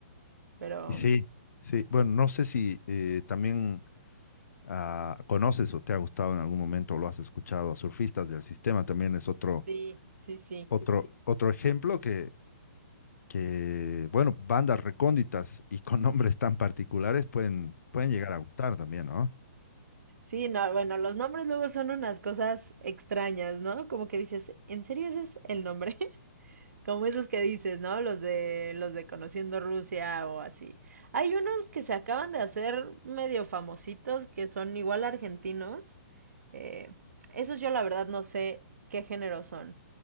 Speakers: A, on the right; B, on the left.
A: pero
B: Y Sí, sí. Bueno, no sé si eh, también ah, conoces o te ha gustado en algún momento o lo has escuchado a surfistas del sistema. También es otro,
A: sí, sí, sí.
B: otro, Sí. otro ejemplo que, que, bueno, bandas recónditas y con <laughs> nombres tan particulares pueden, pueden llegar a gustar también, ¿no?
A: Sí, no, bueno, los nombres luego son unas cosas extrañas, ¿no? Como que dices, ¿en serio ese es el nombre? Como esos que dices, ¿no? Los de los de Conociendo Rusia o así. Hay unos que se acaban de hacer medio famositos que son igual argentinos. Eh, esos yo la verdad no sé qué género son,